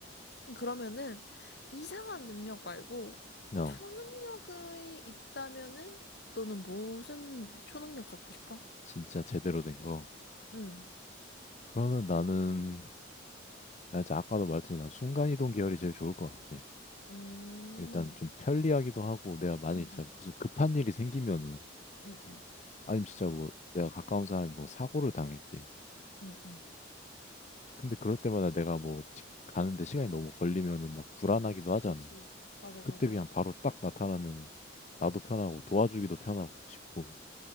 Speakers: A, on the left (about 55°); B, on the left (about 35°).
A: 그러면은 이상한 능력 말고
B: 어,
A: 초능력이 있다면은 너는 무슨 초능력 갖고 싶어?
B: 진짜 제대로 된 거.
A: 응,
B: 그러면 나는, 나 이제 아까도 말했지, 난 순간이동 계열이 제일 좋을 것 같아.
A: 음,
B: 일단 좀 편리하기도 하고, 내가 만약에
A: 응,
B: 진짜 무슨 급한 일이 생기면은,
A: 응, 응,
B: 아니면 진짜 뭐 내가 가까운 사람이 뭐 사고를 당했대.
A: 응, 응.
B: 근데 그럴 때마다 내가 뭐 직- 가는데 시간이 너무 걸리면은 막 불안하기도
A: 그치.
B: 하잖아.
A: 맞아,
B: 그때
A: 맞아.
B: 그냥 바로 딱 나타나면 나도 편하고 도와주기도 편하고 싶고.